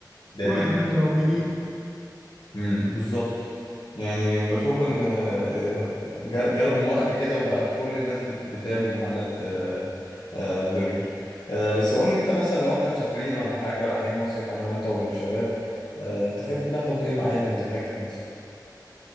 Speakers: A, on the left (about 90°); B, in the centre.
A: دادي
B: وهمي لو جديد
A: مم، بالظبط يعني بشوف ان آه، آه، جا- جالهم وقت كده وبقت كل الناس بت- بتعمل محلات آه، آه، برجر آه، بس قول لي انت مثلا لو احنا مسافرين ولا حاجه رايحين مصيف انا وانت والشباب آه، تحب ناخد ايه معانا من الاكل مثلا